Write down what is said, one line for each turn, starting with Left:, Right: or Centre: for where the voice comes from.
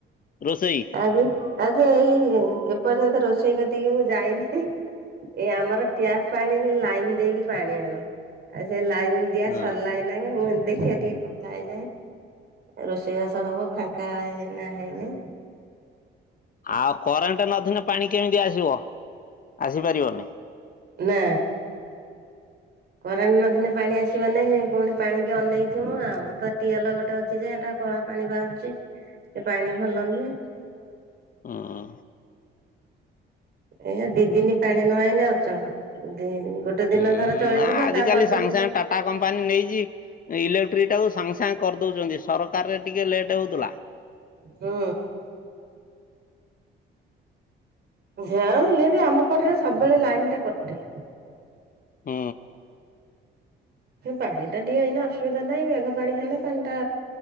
Left: ରୋଷେଇ?
Right: ଆଜି ଆଜି ଏଇ ଏ- ଏପର୍ଯ୍ୟନ୍ତ ରୋଷେଇ କତିକି ମୁଁ ଯାଇନି। ଏଇ ଆମର ଟ୍ୟାପ୍ ପାଣିି ଲାଇନ୍ ଦେଇକି ପାଣି ଆଣୁ ଆଉ ସେ ଲାଇନ୍ ଦିଆ
Left: ହଁ
Right: ସରିଲା ଏଇନାକେ ମୁଁ ଦେଖିବା ଟିକେ କଥା ହେଇଯାଏ। ରୋଷେଇ ବାସ ହବ ଫାଙ୍କା ହେଇନା ହେଲେ।
Left: ଆଉ କରେଣ୍ଟେ ନଥିଲେ ପାଣି କେମିତି ଆସିବ ଆସିପାରିବନି।
Right: ନା। କରେଣ୍ଟ୍ ନଥିଲେ ପାଣି ଆସିବ ନାଇଁ ପୁଣି ପାଣିକି ଅନେଇଥିବୁ ଆଉ ତ ଟିଏଲ ଗୋଟେ ଅଛି ଯେ ଏଟା କଳା ପାଣି ବାହାରୁଚି ସେ ପାଣି ଭଲ ନୁହେଁ।
Left: ହୁଁ।
Right: ଏ-ଉଁ-ଦିଦି ନି ପାଣି ନଆଇଲେ ଅ ଚଳ ଦି-ଗୋଟେ ଦିନ
Left: ହୁଁ
Right: ଧର ଚଳିଯିବେ
Left: ନା ଆଜିକାଲି
Right: ତା ପର୍ଦିନ
Left: ସାଙ୍ଗେ ସାଙ୍ଗେ ଟାଟା କମ୍ପାନୀ ନେଇଚି ଇଲେକ୍ଟ୍ରିଟାକୁ ସାଙ୍ଗେ ସାଙ୍ଗେ କରିଦଉଚନ୍ତି ସରକାର ରେ ଟିକେ ଲେଟ୍ ହଉଥିଲା।
Right: ହୁଁ। ଯା ବିହେଲେ ଆମ ପଟରେ ସବୁବେଳେ ଲାଇନ୍ ଟା କଟେ।
Left: ହୁଁ।
Right: ପାଣି ଟା ଟିକେ ଏଇନା ଅସୁବିଧା ନାହିଁ ମେଘ ପାଣି ହେଲେ ପାଣି ଟା